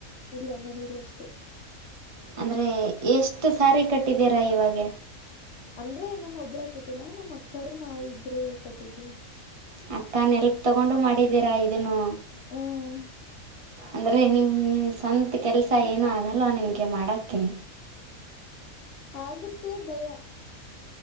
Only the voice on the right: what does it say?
ಅಂದ್ರೆ ಎಷ್ಟು ಸಾರಿ ಕಟ್ಟಿದೀರಾ ಇವಾಗ
ಅಕ್ಕ ನೆಲ್ಗ್ ತಗೊಂಡು ಮಾಡಿದ್ದೀರಾ ಇದನ್ನು
ಅಂದ್ರೆ ನಿಮನ್ ಸ್ವಂತ ಕೆಲಸ ಏನುೂ ಆಗಲ್ಲ ನಿಮಗೆ ಮಾಡೋಕ್ಕೆ